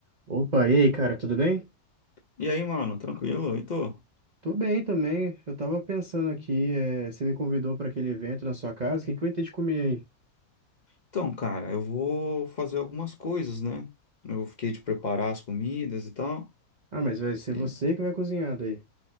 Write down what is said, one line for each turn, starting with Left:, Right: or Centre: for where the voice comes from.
Right: Opa, e aí, cara, tudo bem?
Left: E aí, mano, tranquilo? E tô?
Right: Tô bem também. Eu tava pensando aqui, eh, você me convidou para aquele evento na sua casa, o que que vai ter de comer aí?
Left: Então, cara, eu vou fazer algumas coisas, né? Eu fiquei de preparar as comidas e tal.
Right: Ah, mas vai ser
Left: E-
Right: você que vai cozinhar daí.